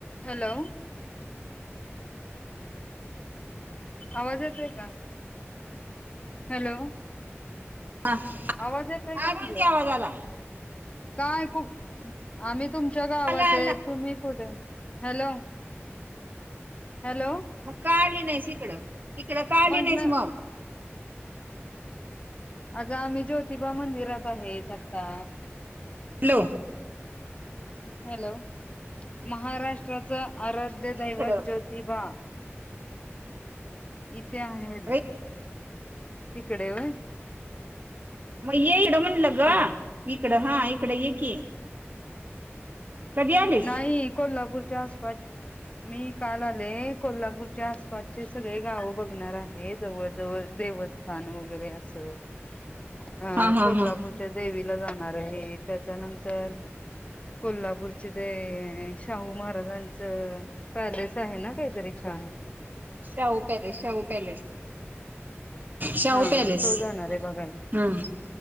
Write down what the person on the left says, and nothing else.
Hello आवाज येतोय का हॅलो
आवाज येतय
का म्हणल
काय खूप आमीत् तुमच्या गावात
ये
तुम्ही कुढ हॅलो हॅलो
म्हटलं
अग आम्ही ज्योतिबा मंदिरात आहे एकत्ता
हॅलो महाराष्ट्राच आराध्य दैवत
ज्योतिबा इट ते आहे घरी
तिकडे व
येईल
नाही कोल्हापूर. आसप मी काल आले कोल्हापूरच्या आसपासचे सगळे गाव बघणार आहे जवळ जवळ देवस्थान वगैरे असं. अ
कोल्हापूरच्या
देवीला जाणार. आहे त्याच्यानंतर? कोल्हापूरची. ते शाहू महाराजांचं पॅलेस आहे ना काहीतरी छान.
हा
तो जाणार आहे बघायला